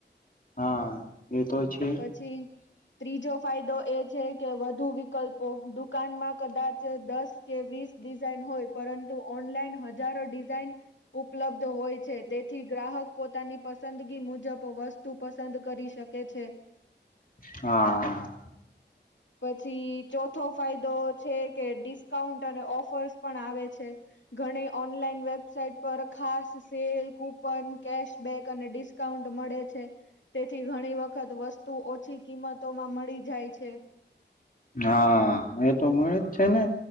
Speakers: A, on the left; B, on the left.
A: હા એ તો છે.
B: પછી ત્રીજો ફાયદો એ છે કે વધ વધુ વિકલ્પો દુકાનમાં કદાચ દસ કે વીસ ડિઝાઇન હોય પરં ઓનલાઈન હજારો ડિઝાઇન ઉપલબ્ધ હોય છે તેથી ગ્રાહક પોતાની પસંદગી મુજબ વસ્તુ પસંદ કરી શકે છે.
A: હા.
B: પછી ચોથો ફાયદો છે કે ડિસ્ક કઉન્ટ અને ઓફર્સ પણ આવે છે ઘણી ઓનલાઈન વેબ વબસાઇટ પર ખાસ સેલ કૂપન કેશબેક અને ડિસ્કાઉન્ટ મળે છે. તેથી ઘણી વખત વસ્તુ ઓછી કિંમતોમાં મળી જાય છે.
A: હા એ તો મળે જ છે ને